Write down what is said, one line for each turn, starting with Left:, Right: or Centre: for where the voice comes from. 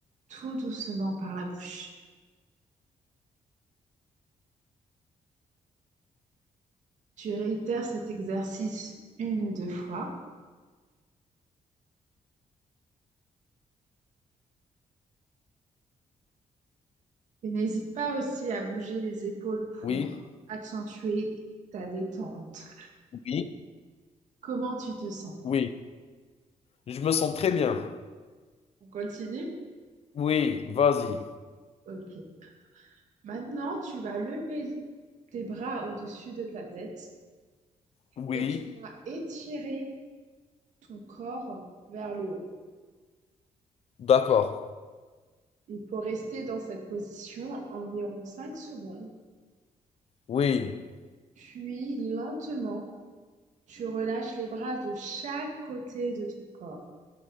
Right: tout doucement par la bouche. Tu réitères cet exercice une ou deux fois et n'hésite pas aussi à bouger les épaules pour
Left: Oui,
Right: accentuer ta détente.
Left: oui,
Right: Comment tu te sens?
Left: oui. Je me sens très bien.
Right: On continue?
Left: Oui, vas-y.
Right: Ok. Maintenant, tu vas lever tes bras au-dessus de ta tête
Left: Oui,
Right: et tu vas étirer ton corps vers le haut.
Left: d'accord.
Right: Il faut rester dans cette position environ 5 secondes,
Left: Oui,
Right: puis lentement, tu relâches les bras de chaque côté de ton corps.